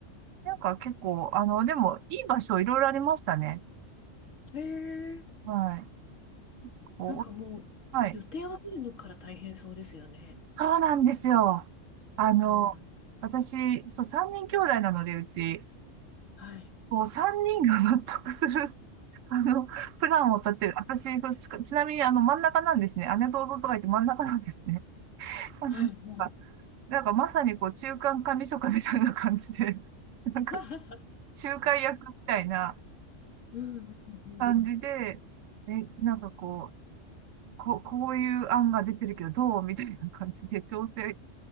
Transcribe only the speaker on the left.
へえ。
なんかもう予定を取るのから大変そうですよね。
うん。
はい。
はいはい。
<laughs>
うんうんうん。